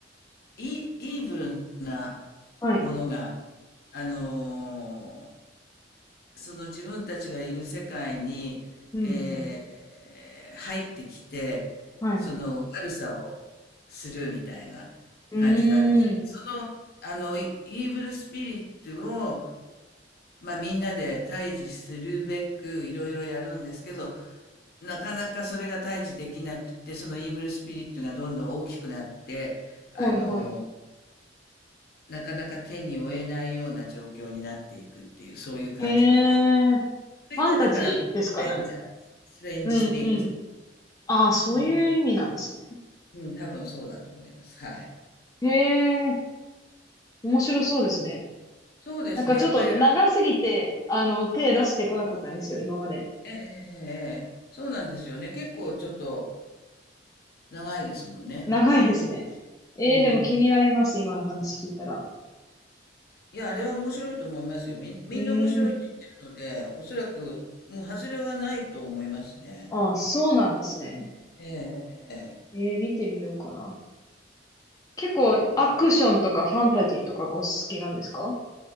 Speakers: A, on the left; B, on the left.
A: イ、イーブルな
B: はい。
A: ものが、あのーその自分たちがいる世界に、
B: うん、
A: えー
B: うん。
A: 入ってきて、
B: はい。
A: その悪さをするみたいな感じなんですけど。
B: うーん。
A: その、あの、イイーブルスピリットを、まあみんなで対峙するべくいろいろやるんですけど、なかなかそれが対峙できなくて、そのイーブルスピリットがどんどん大きくなって、あの、
B: はい、はい。
A: なかなか手に負えないような状況になっていくっていう、そういう感じなんです。
B: へえ。フ
A: それがだから、
B: ァンタジーですかね。
A: ストレンジャー、ストレンジスティングス。
B: うん、うん。ああ、そういう意味なんですね。
A: うん。うん、多分そうだと思います。はい。
B: へえ。面白そうですね。
A: そうですね。
B: なんかちょっと長すぎて、
A: やっぱりあれ、
B: あの、手出してこなかったんですよ、今まで。
A: ええええええそうなんですよね。結構ちょっと長いですもんね。
B: 長いですね。ええ、
A: うん。
B: でも気になります、今の話聞いたら。
A: いや、あれは面白いと思いますよ。みん、みんな面白いって言ってるので、
B: うーん。
A: おそらく、もう外れはないと思いますね。
B: あ、そうなんですね。
A: ええええええ
B: えー、見てみようかな。結構アクションとかファンタジーとかがお好きなんですか
A: そ